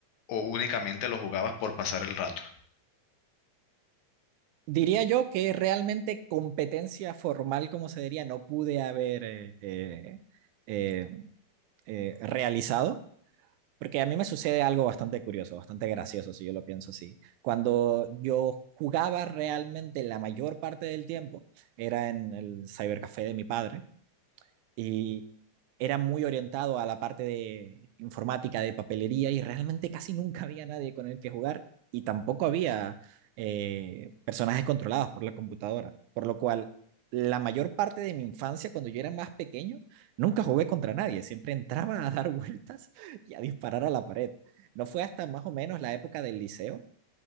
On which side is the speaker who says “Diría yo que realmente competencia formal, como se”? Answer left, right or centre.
Right